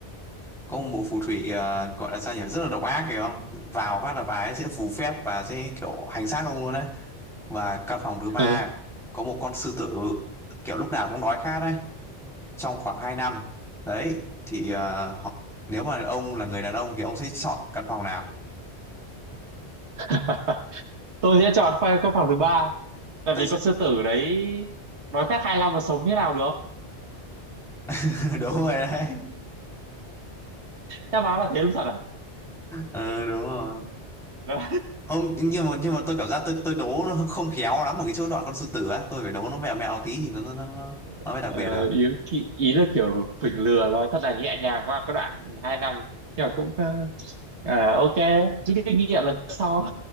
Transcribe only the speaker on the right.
Ừ.
<laughs> tôi sẽ chọn pha- các phòng thứ ba tại
vì
con sư tử đấy đói khát 25 mà sống như nào được
đáp án là thế luôn thật à
Đó.
<laughs>
ờ,
ý, ý ý là kiểu phỉnh lừa nói thật là nhẹ nhàng qua cái đoạn hai năm nhưng mà cũng ờ, à, ok rút kinh nghiệm lần sau